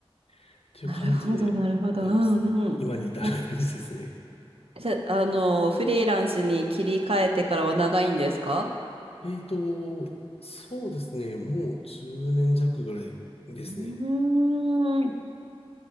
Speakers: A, on the left (about 75°); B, on the right (about 65°).
A: っていう感じで、
B: なるほど、なるほど。
A: うんす今に至る感じですね。
B: うんうん。あ、じゃ、あの、フリーランスに切り替えてからは長いんですか
A: えーと、そうですね。もう10年弱ぐらいですね。
B: うーん。